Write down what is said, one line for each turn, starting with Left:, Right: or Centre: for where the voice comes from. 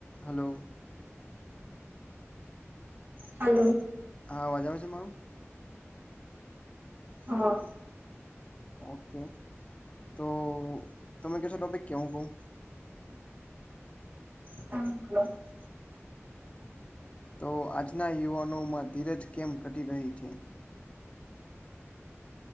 Left: Hello
Right: hello
Left: હા અવાજ આવે છે મારો
Right: હા.
Left: ઓકે તો તમે કહેશો ટોપિક કે હું કહું.
Right: <unintelligible>
Left: તો આજના યુવાનોમાં ધીરજ કેમ ઘટી રહી છે.